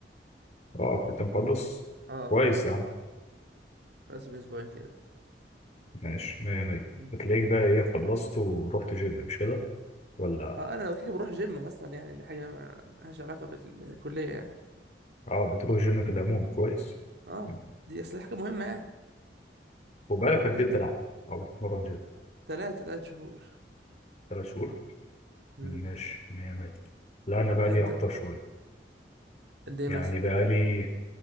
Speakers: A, on the left (about 40°); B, on the right (about 65°).
A: اه كنت مخلص
B: اه
A: كويس يا عم
B: بس من اسبوعين كده
A: ماشي مية مية
B: مم.
A: هتلاقيك بقى ايه خلصت ورحت جيم مش كده ولا
B: اه انا لو كده بروح جيم اصلا يعني دي حاجه مالهاش علاقه بالكليه يعني
A: اه بتروح جيم في العموم كويس
B: اه
A: يعني.
B: دي اصل حاجه مهمه يعني
A: وبقالك قد
B: يعني انت
A: ايه بتلعب او بتتمرن جيم
B: ثلاثة ثلاث شهور
A: تلات شهور
B: مم.
A: ماشي مية مية لا انا بقالي
B: انت
A: اكتر شوية
B: قد ايه
A: يعني
B: مثلا؟
A: بقالي